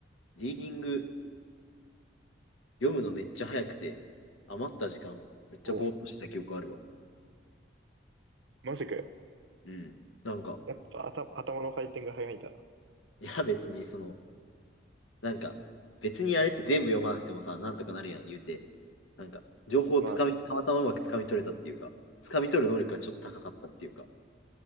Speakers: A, on the left; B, on the right.
A: リーディング読むのめっちゃ早くて、余った時間めっちゃぼーっとしてた記憶あるわ。
B: お、マジかよ。
A: うん。なんか、
B: やっぱ頭、頭の回転が早いんだな。
A: いや、別に、その、なんか、別にあれって全部読まなくてもさ、なんとかなるやん、言うて。なんか、情報をつかみ、
B: まあね。
A: たまたまうまくつかみ取れたっていうか、つかみ取る能力がちょっと高かったっていうか、